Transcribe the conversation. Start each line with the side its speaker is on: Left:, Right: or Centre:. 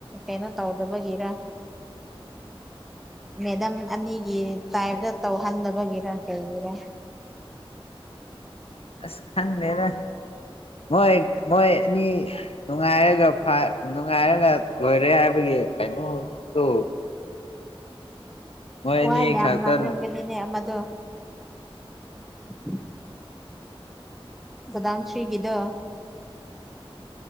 Centre: ꯀꯩꯅꯣ ꯇꯧꯗꯕꯒꯤꯔ ꯃꯦꯗꯝ ꯑꯅꯤꯒꯤ ꯇꯥꯏꯞꯇ ꯇꯧꯍꯟꯗꯕꯒꯤꯔ ꯀꯩꯒꯤꯔ
Left: ꯑꯁ ꯈꯪꯗꯦꯗ ꯃꯣꯏ ꯃꯣꯏ ꯑꯅꯤ ꯅꯨꯡꯉꯥꯏꯔꯒ ꯐ ꯅꯨꯡꯉꯥꯏꯔꯒ ꯂꯣꯏꯔꯦ ꯍꯥꯏꯕꯒꯤ ꯀꯩꯅꯣ ꯇꯨ ꯃꯣꯏ ꯑꯅꯤ
Centre: ꯋꯥ ꯌꯥꯝ
Left: ꯈꯛꯇ
Centre: ꯉꯥꯡꯔꯝꯒꯅꯤꯅꯦ ꯑꯃꯗꯣ <inaudible> ꯒꯣꯗꯥꯎꯟ ꯊ꯭ꯔꯤꯒꯤꯗꯣ